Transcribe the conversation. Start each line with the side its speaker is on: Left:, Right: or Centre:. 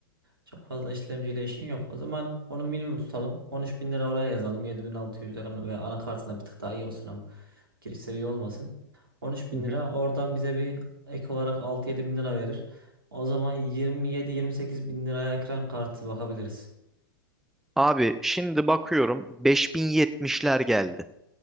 Right: çok fazla işlemciyle işin yok. O zaman onu minimum tutalım. 13 bin lira oraya yazalım. 7600 lira ve anakartına bir tık daha iyi olsun ama giriş seviye olmasın. 13 bin
Centre: Hı hı.
Right: lira oradan bize bir ek olarak 6-7 bin lira verir. O zaman 27-28 bin liraya ekran kartı bakabiliriz.
Centre: Abi şimdi bakıyorum 5070'ler geldi.